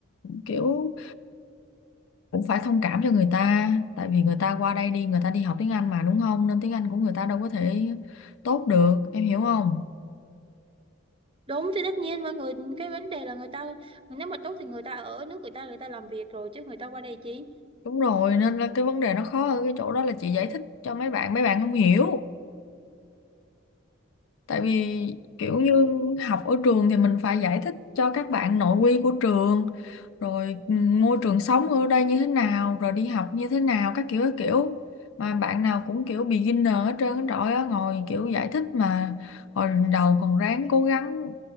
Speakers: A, on the left; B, on the right.
A: kiểu cũng phải thông cảm cho người ta tại vì người ta qua đây đi người ta đi học tiếng Anh mà đúng không nên tiếng Anh của người ta đâu có thể tốt được em hiểu không
B: đúng thì tất nhiên mọi người cái vấn đề là người ta nếu mà tốt thì người ta ở nước người ta người ta làm việc rồi chứ người ta qua đây chi
A: đúng rồi nên là cái vấn đề nó khó ở cái chỗ đó là chị giải thích cho mấy bạn mấy bạn không hiểu tại vì kiểu như học ở trường thì mình phải giải thích cho các bạn nội quy của trường rồi ừ, môi trường sống ở đây như thế nào rồi đi học như thế nào các kiểu các kiểu mà bạn nào cũng kiểu beginner hết trơn á, trời ơi ngồi kiểu giải thích mà hồi đầu còn ráng cố gắng